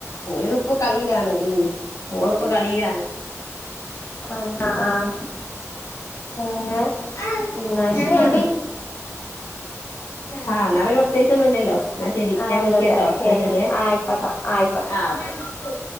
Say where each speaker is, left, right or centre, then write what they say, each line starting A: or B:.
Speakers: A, on the left; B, on the left.
A: ഓല്പ്പം കളീലാണ് ഉം. ഓള് പ്പം കളീലാണ്.
B: ആഹ് ആഹ് ആഹ് അങ്ങെ
A: ആ
B: ന്നാ
A: എന്നാ
B: ശെരി
A: ആഹ് ന്നാ പിന്നെ പ്രത്യേയ്ച്ചൊന്നുല്ലല്ലോ ന്നാ ശെരി
B: ആ
A: ഞാ
B: ഇല്ലല്ല
A: വിളിക്കട്ടോ
B: ശരി
A: ന്നാ ശെരേ
B: ആയിക്കോട്ടോ ആയിക്കോട്ടെ
A: ആഹ് ഓകെ